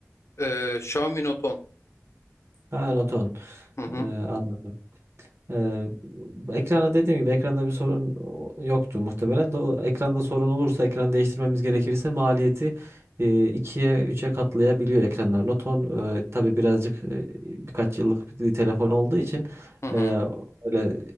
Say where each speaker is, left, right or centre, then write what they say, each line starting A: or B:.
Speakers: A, on the left; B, on the right.
A: Ee, Xiaomi Note 10.
B: Ha, Roton.
A: Hı hı,
B: E, anladım. Ee, ekrana dediğim gibi ekranda bir sorun o- yoktur muhtemelen. Do- ekranda sorun olursa ekran değiştirmemiz gerekirse maliyeti e, ikiye üçe katlayabiliyor ekranlar. Noton e, tabii birazcık e, birkaç yıllık bir telefon olduğu için
A: hı hı.
B: e, öyle